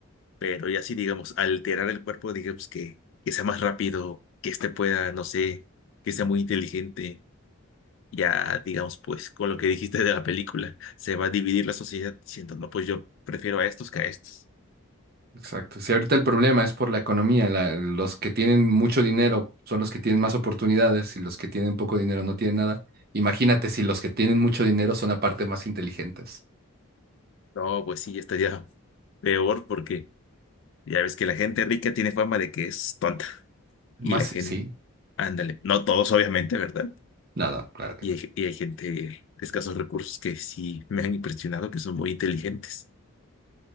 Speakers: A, on the left; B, on the right.
A: Pero ya sí, digamos, alterar el cuerpo, digamos que, que sea más rápido, que este pueda, no sé, que sea muy inteligente. Ya, digamos, pues con lo que dijiste de la película, se va a dividir la sociedad diciendo, no, pues yo prefiero a estos que a estos.
B: Exacto. Si ahorita el problema es por la economía, la- los que tienen mucho dinero son los que tienen más oportunidades y los que tienen poco dinero no tienen nada. Imagínate si los que tienen mucho dinero son aparte más inteligentes.
A: No, pues sí, estaría peor porque ya ves que la gente rica tiene fama de que es tonta.
B: Más,
A: Y la
B: sí,
A: gente,
B: sí,
A: ándale, no todos obviamente, ¿verdad?
B: nada, claro que
A: Y hay, y hay gente de escasos recursos que sí me han impresionado, que son muy inteligentes.